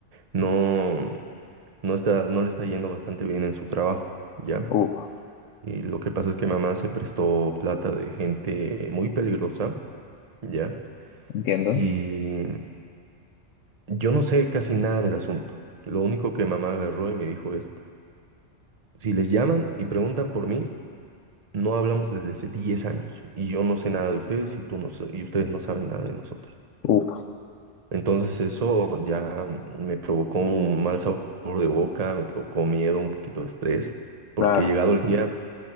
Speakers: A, on the right; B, on the left.
A: no, no está, no le está yendo bastante bien en su trabajo, ¿ya?
B: ufa,
A: Y lo que pasa es que mamá se prestó plata de gente muy peligrosa, ¿ya?
B: entiendo,
A: Y yo no sé casi nada del asunto. Lo único que mamá agarró y me dijo es, si les llaman y preguntan por mí, no hablamos desde hace 10 años y yo no sé nada de ustedes y tú no sa- y ustedes no saben nada de nosotros.
B: ufa,
A: Entonces eso ya me provocó un mal sabor de boca, me provocó miedo, un poquito de estrés, porque
B: claro.
A: llegado el día